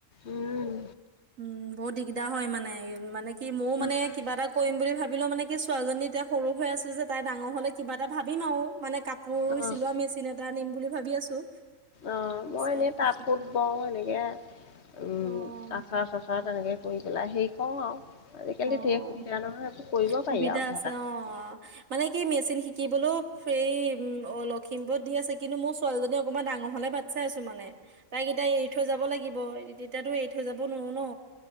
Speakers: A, on the left; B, on the right.
A: উম,
B: উম বহুত দিগদাৰ হয় মানে মানে কি মইয়ো
A: উম,
B: মানে কিবা এটা কৰিম বুলি ভাবি ভাবিলেও মানে কি ছোৱালীজনী এতিয়া সৰু হৈ আছে যে তাই ডাঙৰ হ'লে কিবা এটা ভাবিম আও মানে কাপ পোৰ
A: অ',
B: চিলোৱা মেচিন এটা আনিম বুলি ভাবি আছো।
A: অ
B: তাৰপিছত
A: মই এনেই
B: বিশেষকে
A: তাত কুত বওঁ এনেকে উম,
B: অ',
A: আচাৰ-চাচাৰ তেনেকে কৰি পেলাই হেৰি কৰো আৰু আজিকালি
B: অ',
A: ঢেৰ সুবিধা নহয়। এইবোৰ কৰিব পাৰি
B: সুবিধা
A: আৰু ঘৰতে
B: আছে।
A: থকাতকৈ
B: অ' মানে কি মেচিন শিকিবলৈও সেই! উম, অ' লখিমপুৰত দি আছে কিন্তু মোৰ ছোৱালীজনী অকমান ডাঙৰ হোৱালে বাট চাই আছো মানে। তাইক এতিয়া এৰি থৈ যাব লাগিব। <unintelligible> তিয়াতো এৰি থৈ যাব নোৱাৰোঁ ন'।